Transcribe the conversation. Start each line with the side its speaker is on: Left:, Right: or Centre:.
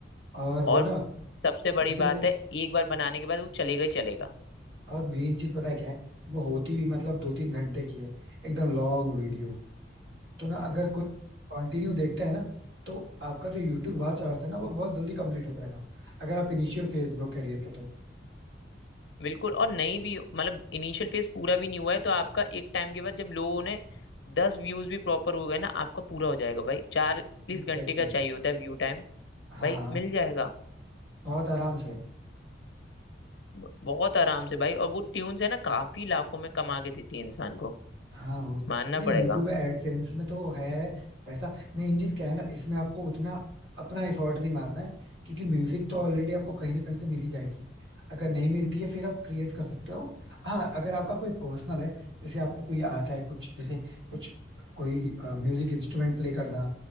Right: और वो
Left: और
Right: ना
Left: सबसे बड़ी
Right: जैसे
Left: बात
Right: वो
Left: है एक बार बनाने के बाद वो चलेगा ही चलेगा
Right: और मेन चीज पता है क्या है वो होती भी मतलब दो तीन घंटे की है एकदम लॉन्ग वीडियो तो ना अगर कोई कंटिन्यू देखता है ना तो आपका जो यूट्यूब वॉच आवर्स है ना वो बहुत जल्दी कंप्लीट हो जाएगा अगर आप इनिशियल फेज में हो करियर के तो
Left: बिल्कुल और नहीं भी मतलब इनिशियल फेज पूरा भी नहीं हुआ है तो आपका एक टाइम के बाद जब लोगों ने दस व्यूज भी प्रॉपर हो गए ना आपका पूरा हो जाएगा भाई चालीस
Right: एग्जैक्टली
Left: घंटे का चाहिए होता है व्यू टाइम
Right: हाँ
Left: भाई मिल जाएगा
Right: बहुत आराम से
Left: ब- बहुत आराम से भाई और वो ट्यून्स है ना काफी लाखों में कमा के देती है इंसान को
Right: हाँ बहुत
Left: मानना
Right: इसमें यूट्यूब
Left: पड़ेगा
Right: एडसेंस में तो है पैसा मेन चीज क्या है ना इसमें आपको उतना अपना एफर्ट नहीं मारना है क्योंकि म्यूजिक तो ऑलरेडी आपको कहीं ना कहीं से मिल ही जाएगी अगर नहीं मिलती है फिर आप क्रिएट कर सकते हो हाँ अगर आपका कोई प्रोफेशनल है जैसे आपको कोई आता है कुछ जैसे कुछ कोई म्यूजिक इंस्ट्रूमेंट प्ले करना